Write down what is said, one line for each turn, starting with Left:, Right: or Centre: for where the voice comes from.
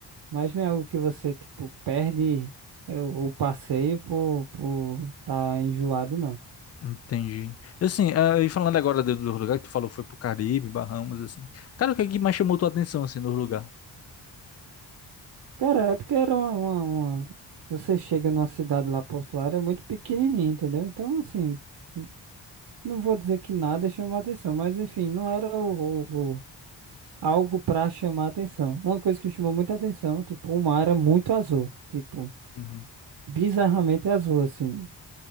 Right: Mas não é algo que você, tipo, perde é, o o passeio por, por tá enjoado, não.
Left: Entendi. Assim, ah, e falando agora do, do lugar que tu falou que foi pro Caribe, Bahamas, assim. Cara, o que é que mais chamou tua atenção, assim, no lugar?
Right: Cara, é porque era uma, uma, uma- Você chega numa cidade lá portuária, é muito pequenininha, entendeu? Então, assim, n- não vou dizer que nada chamou a atenção, mas enfim, não era o- o- algo pra chamar atenção. Uma coisa que chamou muita atenção, tipo, o mar era muito azul, tipo,
Left: Uhum,
Right: bizarramente azul, assim. Não